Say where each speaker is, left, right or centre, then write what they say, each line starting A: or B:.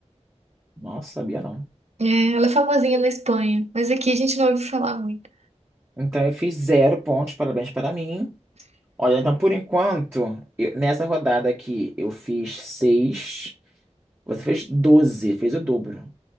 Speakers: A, on the right; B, on the right.
A: Nossa, sabia não.
B: É, ela é famosinha na Espanha, mas aqui a gente não ouviu falar muito.
A: Então eu fiz zero pontos, parabéns para mim. Olha, então por enquanto, eu- nessa rodada aqui eu fiz seis, você fez doze, fez o dobro.